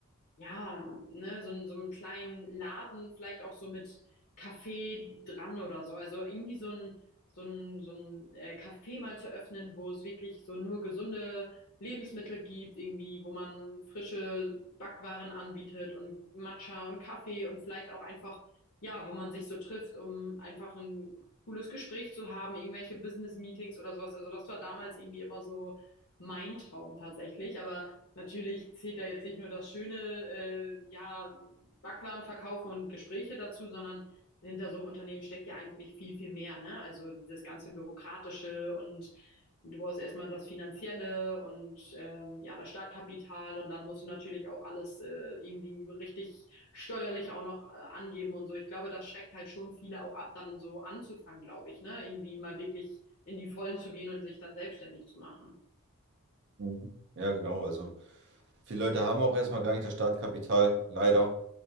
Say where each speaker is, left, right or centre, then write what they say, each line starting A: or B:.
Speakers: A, on the left; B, on the right.
A: ja, ne, so, in so einem kleinen Laden, vielleicht auch so mit Kaffee dran oder so. Also irgendwie so ein, so ein, so ein äh, Café mal zu öffnen, wo es wirklich so nur gesunde Lebensmittel gibt, irgendwie, wo man frische Backwaren anbietet und Matcha und Kaffee und vielleicht auch einfach, ja, wo man sich so trifft, um einfach ein cooles Gespräch zu haben, irgendwelche Business-Meetings oder sowas. Also das war damals irgendwie immer so mein Traum tatsächlich, aber Natürlich zählt da jetzt nicht nur das schöne, äh, ja, Backwaren verkaufen und Gespräche dazu, sondern hinter so einem Unternehmen steckt ja eigentlich viel, viel mehr, ne? Also dieses ganze Bürokratische und du brauchst erstmal das Finanzielle und ähm, ja, das Startkapital und dann musst du natürlich auch alles äh, irgendwie richtig steuerlich auch noch äh, angeben und so. Ich glaube, das schreckt halt schon viele auch ab, dann so anzufangen, glaube ich, ne? Irgendwie mal wirklich in die Vollen zu gehen und sich dann selbstständig zu machen.
B: Mhm. Ja, genau. Also. Viele Leute haben auch erstmal gar nicht das Startkapital, leider.